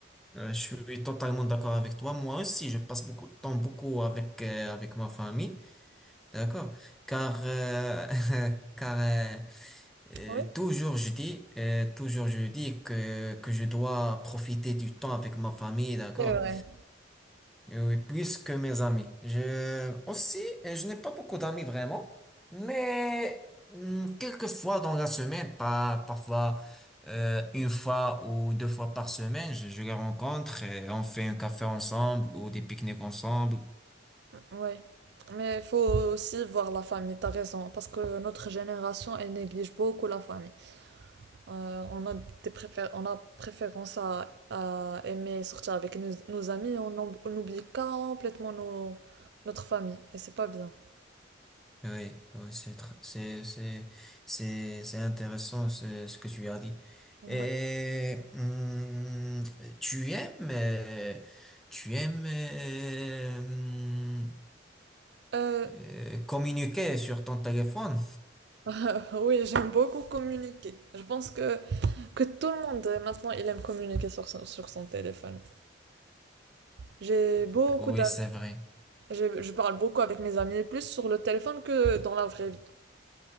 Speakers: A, in the centre; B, on the right.
A: Euh, je suis totalement d'accord avec toi. Moi aussi, je passe beaucoup de temps, beaucoup avec, euh, avec ma famille. D'accord? Car, euh, <laughs> car euh, euh,
B: Oui,
A: toujours je dis, euh, toujours je dis que, que je dois profiter du temps avec ma famille, d'accord?
B: c'est vrai.
A: Euh, Oui, plus que mes amis. Je, aussi, euh, je n'ai pas beaucoup d'amis vraiment, mais hum, quelques fois dans la semaine, pas, parfois euh, une fois ou deux fois par semaine, je, je les rencontre et on fait un café ensemble ou des pique-niques ensemble.
B: Oui, mais il faut aussi voir la famille, t'as raison, parce que notre génération, elle néglige beaucoup la famille. Euh, on a des préfé- on a préférence à, à aimer sortir avec nos, nos amis, on, oub- on oublie complètement nos- notre famille, et c'est pas bien.
A: Oui, oui, c'est tr- c'est c'est c'est c'est intéressant ce ce que tu as dit.
B: Ouais.
A: Et hum, tu aimes euh, tu aimes euh, hum,
B: Euh,
A: euh, communiquer sur ton téléphone?
B: <laughs> oui, j'aime beaucoup communiquer. Je pense que, que tout le monde euh, maintenant, il aime communiquer sur son, sur son téléphone. J'ai beaucoup
A: Oui,
B: d'amis,
A: c'est vrai.
B: j'ai- je parle beaucoup avec mes amis, plus sur le téléphone que dans la vraie vie.